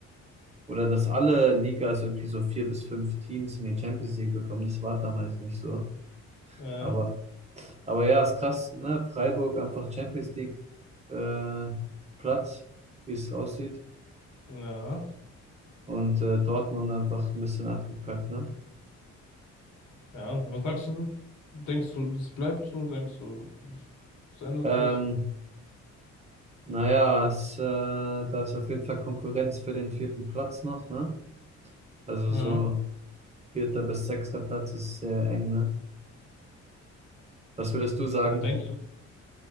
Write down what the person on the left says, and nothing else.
Äh,
ja,
ja. Was sagst du? Denkst du, es bleibt so? Denkst du, es es ändert
sich?
Ja,
ja, denkst du,